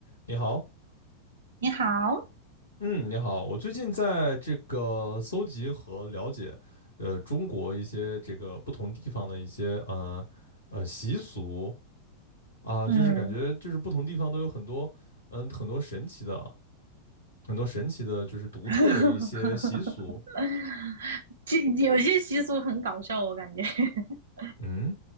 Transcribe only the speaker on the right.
你好，
嗯，
<laughs> 这有些习俗很搞笑，我感觉。<laughs>